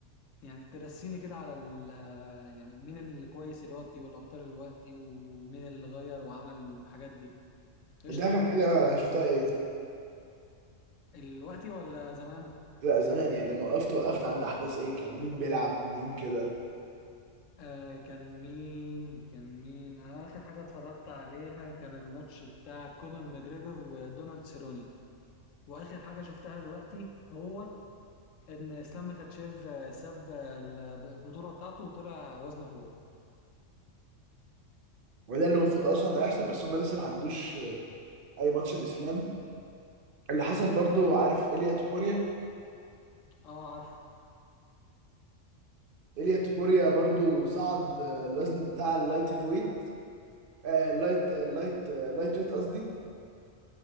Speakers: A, on the left (about 75°); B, on the right (about 45°).
A: يعني ترسيني كده على ال... آه، يعني مين الكويس الوقتي والابطال الوقتي ومين اللي غير وعمل الحاجات دي قشطه
B: انت اخر حاجه شفتها ايه
A: الوقتي ولا زمان
B: لا زمان يعني لما وقفت وقفت عند احداث ايه كان مين بيلعب مين كده
A: آه كان مين كان مين آخر حاجة اتفرجت عليها كان الماتش بتاع كونر ماجريجور ودونالد سيروني وآخر حاجة شفتها دلوقتي هو إن إسلام مخاتشيف آه، ساب آه، البطولة بتاعته وطلع وزنه فوق
B: وده اللي المفروض اصلا هيحصل بس هم لسه ما عندوش اي ماتش الاسلام اللي حصل برضو عارف إيليا تبوريا
A: اه عارفه
B: إيليا تبوريا برضو صعد آه، الوزن بتاع اللايت هيفي ويت آه اللايت آه، اللايت آه، اللايت ويت قصدي